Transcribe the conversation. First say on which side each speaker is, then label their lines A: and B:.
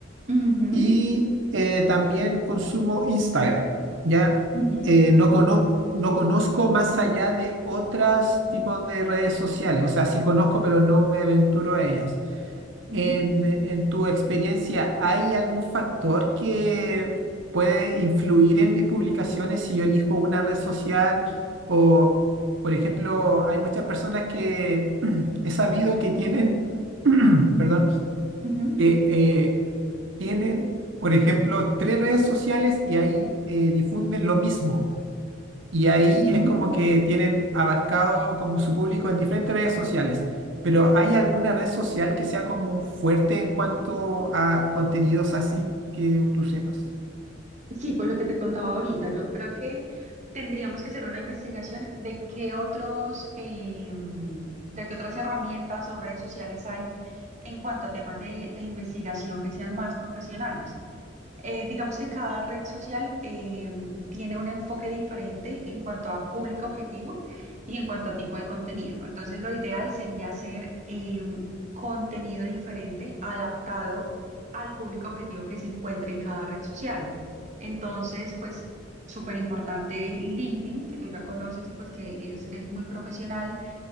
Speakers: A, on the right (about 40°); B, on the right (about 80°).
A: Ujú,
B: y eh, también consumo Instagram, ¿ya?
A: ujú,
B: Eh, no cono no conozco más allá de otros tipos de redes sociales, o sea, sí conozco, pero no me aventuro a ellas.
A: ujú,
B: En, en tu experiencia, ¿hay algún factor que puede influir en mis publicaciones si yo elijo una red social o, por ejemplo, hay muchas personas que <clears throat> he sabido que tienen, <clears throat> perdón,
A: ujú.
B: que eh, tienen, por ejemplo, tres redes sociales y ahí eh, difunden lo mismo. Y ahí
A: Ujú.
B: es como que tienen abarcado como su público en diferentes redes sociales. Pero ¿hay alguna red social que sea como fuerte en cuanto a contenidos así que tú sepas?
A: Sí, por lo que te contaba ahorita, yo creo que tendríamos que hacer una investigación de qué otros, em, de qué otras herramientas o redes sociales hay en cuanto a temas de, de investigación que sean más profesionales. Eh, digamos que cada red social eh, tiene un enfoque diferente en cuanto a público objetivo y en cuanto a tipo de contenido. Entonces, lo ideal sería hacer eh, contenido diferente adaptado al público objetivo que se encuentre en cada red social. Entonces, pues, súper importante LinkedIn, que tú ya conoces y pues que es, es muy profesional.